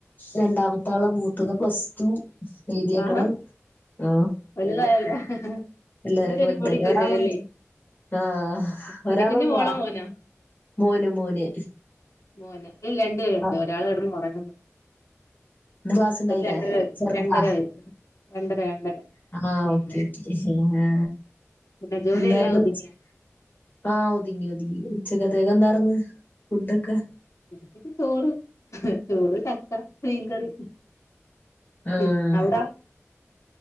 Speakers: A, on the left (about 35°); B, on the left (about 75°).
A: രണ്ടാമത്താള് മൂത്തത് പ്ലസ് ടു എഴുതിയേക്കണ്ആ
B: ആഹാ വലുതായല്ലോ
A: എല്ലാരൊക്കെ
B: നീയൊരു
A: വലുതായി
B: പൊടിക്കുഞ്ഞ്
A: ഒരാളോ
B: അല്ലേ
A: ആ
B: പൊടിക്കുഞ്ഞ്
A: ഒരാളോ ളോ
B: മോളോ മോനോ
A: മോന് മോന്
B: മോന് രണ്ട് പേരുണ്ട്
A: ആഹ്
B: ഒരാൾ കെടന്ന് ഉറങ്ങണ്
A: ഇന്ന് ക്ലാസ് ഉണ്ടായില്ലേ
B: രണ്ടര
A: ചെറുതാ
B: രണ്ടര വയസ് രണ്ടര രണ്ടര
A: ആ
B: ഉം
A: ഓക്കെ ഓക്കെ ഓക്കെ
B: പിന്നെ ജോലിയെല്ലാം
A: എന്താർന്നു
B: ഒതുങ്ങിയോ
A: ആ ഒതുങ്ങി ഉച്ചക്കത്തേക്ക് എന്താർന്ന് ഫുഡൊക്കെ
B: ചക്ക് ചോറ് ചോറ് ചക്ക മിൻ കറി
A: ആഹ്
B: ഉം അവിട